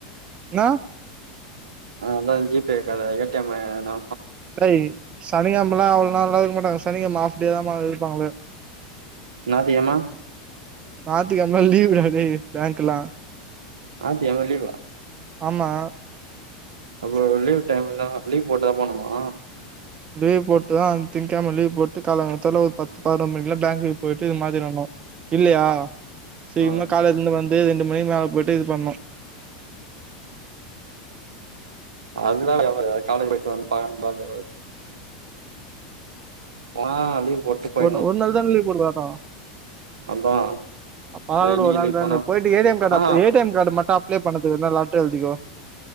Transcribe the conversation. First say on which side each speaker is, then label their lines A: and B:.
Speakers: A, on the right; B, on the right.
A: என்னா
B: ஆ அதா ஜி பே இருக்கால ஏ டி எம்மு னா
A: ட்றை சனிகெழமலா அவ்ளோ நேரேலா இருக்க மாட்டாங்க சனிக்கெழம ஆஃப்டே தாமா இருப்பாங்களே
B: நாய்த்திகெழம
A: நாய்த்தி கெழமலா லீவ்டா டேய் பேங்க்கல்லா
B: நாய்த்திக்கெழமே லீவா
A: ஆமா
B: அப்ப லீவ் டைம்லா லீவ் போட்டா போணுமா
A: லீவ் போட்டுதா அந்த திங்கெழமே லீவ் போட்டு காலங்காத்தாலே ஒரு பத்து பதனொன் மணில பேங்குக்கு போயிட்டு இது மாத்திட்டு வரனு இல்லயா சீக்கரமா
B: ஆ
A: காலேஜ்ல இருந்து வந் து ரெண்டு மணிக்கு மேல போயிட்டு இது பண்ணணு
B: அதுனாலா எவ்ளவு காலேஜ் போட்டு வந்து <unintelligible> போனா லீவ் போட்டு போயிட்ணு
A: ஒரு ஒரு நாள் தான லீவு போட்டு பாத்தோ
B: அதா அதா
A: பார்டு
B: என்னைக்கு
A: ஒரு நாள்
B: லீவ்
A: தான
B: போனா
A: போயிட்டு ஏ டி எம் கார்டு
B: ஆ
A: apply A T M card மட்டு அப்ளே பண்ணதுக்கு வேனா என்ன லெட்டர் எழுதிக்கோ